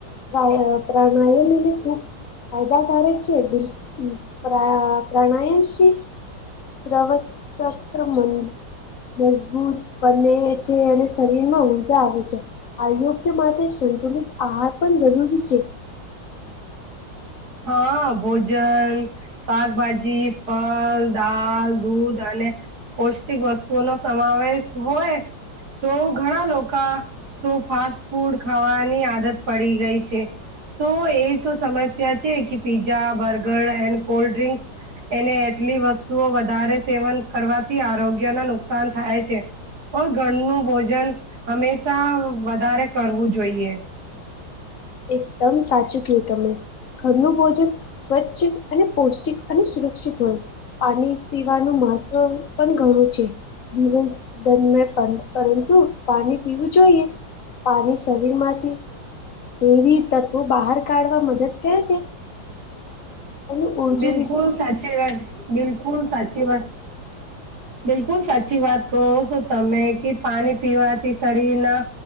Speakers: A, on the left; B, on the right.
A: પ્રાણ પ્રાણાયામ હને ખૂબ ફાયદાકારક છે બિલ પ્રા પ્રાણાયામશ્રી શ્રવસત્ર મન મજબૂત બને છે અને શરીર માં ઊર્જા આવે છે આયોગ માટે સંતુલિત આહાર પણ જરૂરી છે
B: હ ભોજય શાકભાજી ફળ દાલ દૂધ અને પૌષ્ટિક વસ્તુઓ નો સમાવેશ હોય તો ઘણા લોકા તો ફાસ્ટ ફૂડ ખાવાની આદત પડી ગઈ છે તો એ તો સમસ શ્યા છે કે pizza burger and cold drinks એને એટલી વસ્તુઓ વધારે સેવન કરવાથી આરોગ્યને નુકસાન થાય છે તો ઘર નું ભોજન હંમેશા વધારે કરવું જોઈએ
A: એકદમ સાચું કયું તમે ઘરનું ભોજન સ્વચ્છ અને પૌષ્ટિક અને સુરક્ષિત હોય પાણી પીવાનું મહત્વ પણ ઘણું છે દિવસ દરમિયાન પણ પરંતુ પાણી પીવું જોઈએ પાણી શરીર માંથી જેરી તત્વો બહાર કાઢવા મદદ કરે છે અને ઉર્જુ
B: બિલકુલ
A: વિશે
B: સાચી વાત બિલકુલ સાચી વાત બિલકુલ સાચી વાત કહો છો તમે કે પાણી પીવાથી શરીરના